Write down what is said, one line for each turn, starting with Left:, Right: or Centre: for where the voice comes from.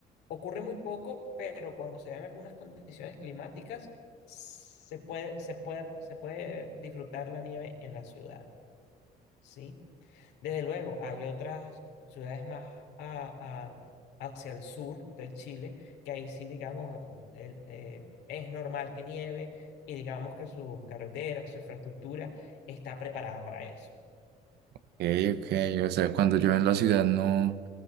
Left: ocurre muy poco, pero cuando se dan algunas condiciones climáticas, se puede, se puede, se puede disfrutar la nieve en la ciudad. Sí, desde luego, hay otras ciudades más a- a- hacia el sur del Chile que ahí sí, digamos, el- eh, es normal que nieve y digamos que sus carreteras, su infraestructura está preparada para eso.
Right: Ok, ok. O sea, cuando llueve en la ciudad no,